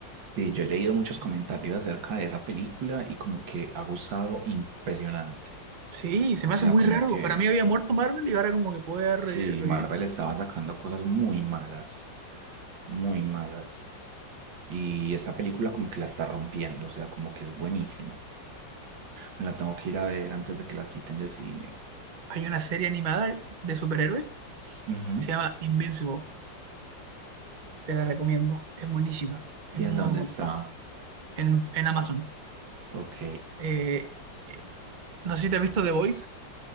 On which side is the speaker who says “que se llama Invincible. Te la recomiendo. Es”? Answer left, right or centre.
Right